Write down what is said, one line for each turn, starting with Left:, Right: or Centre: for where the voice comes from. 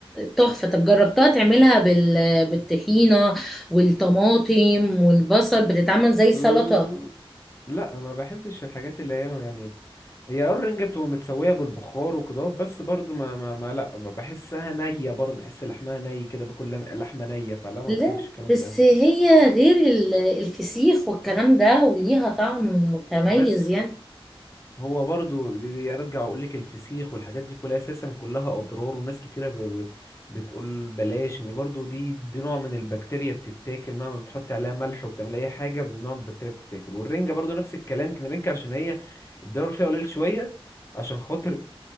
Centre: تحفة طب جربتها تعملها بال... بالطحينة والطماطم والبصل بتتعمل زي
Left: مم،
Centre: سلطة
Left: لا ما بحبش الحاجات اللي هي يعني هي آه الرنجة بتبقى متسوية بالبخار وكده بس برضه ما, ما, ما لا ما بحسها نية برضه بحس لحمها ني كده باكل لم- لحمة نية فلا ما
Centre: لا
Left: بحبش الكلام
Centre: بس
Left: ده
Centre: هي غير ال- الفسيخ والكلام ده وليها طعم متميز
Left: بس
Centre: يعني
Left: هو برضو بيرجع ويقول لك الفسيخ والحاجات دي كلها اساسا كلها اضرار وناس كتيره ب- ب- بتقول بلاش ان برضو دي دي نوع من البكتيريا بتتاكل مهما بتحط عليها ملح وبتعمل اي حاجه نوع من البكتيريا بتتاكل والرنجه برضو نفس الكلام كان الرنجه عشان هي الضرر فيها قليل شويه عشان خاطر